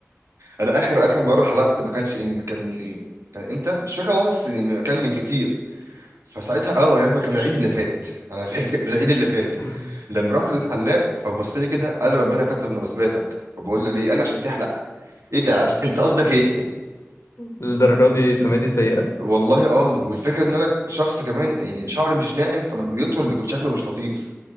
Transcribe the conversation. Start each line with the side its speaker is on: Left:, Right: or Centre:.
Right: انا اخر اخر مرة حلقت ما كانش إن كان كان امتى؟ مش فاكر والله بس كان من كتير فساعتها اه يا رب كان العيد اللي فات انا فاكر <laughs> العيد اللي فات
Left: <laughs>
Right: لما رحت للحلاق فبص لي كده قال ربنا كتر مناسباتك فبقول له ليه؟ قال لي عشان تحلق ايه ده يا عم؟ <laughs> انت قصدك ايه
Left: للدرجه دي سمعتي سيئه
Right: والله اه والفكره ان انا شخص كمان يعني شعري مش ناعم فلما بيطول بيكون شكله مش لطيف